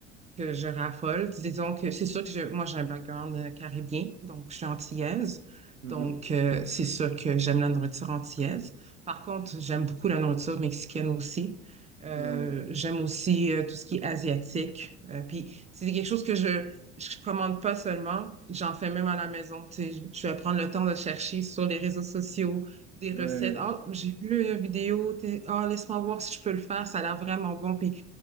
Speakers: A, on the right (about 20°); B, on the right (about 75°).
A: que je raffole. Disons que c'est sûr que je, moi, j'ai un background euh, caribien, donc je suis antillaise.
B: Mhm.
A: Donc, euh, c'est sûr que j'aime la nourriture antillaise. Par contre, j'aime beaucoup la nourriture mexicaine aussi. Euh,
B: Ouais,
A: j'aime aussi euh, tout ce qui est asiatique. Euh, puis, c'est quelque chose que je je commande pas seulement, j'en fais même à la maison. Tu sais, je je vais prendre le temps de chercher sur les réseaux sociaux des
B: ouais,
A: recettes. Ah, j'ai vu une vidéo. t'es- Ah, laisse-moi voir si je peux le faire. Ça a l'air vraiment bon. Puis,